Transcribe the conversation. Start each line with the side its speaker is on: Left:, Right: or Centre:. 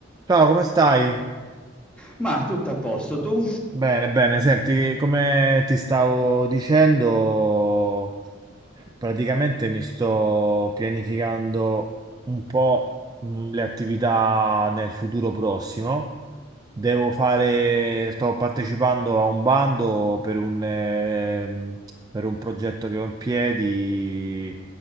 Right: Ciao, come stai?
Centre: Ma tutto a posto, tu?
Right: Bene, bene. Senti, come ti stavo dicendo, praticamente mi sto pianificando un po' mh, le attività nel futuro prossimo. Devo fare, sto partecipando a un bando per un, ehm, per un progetto che ho in piedi,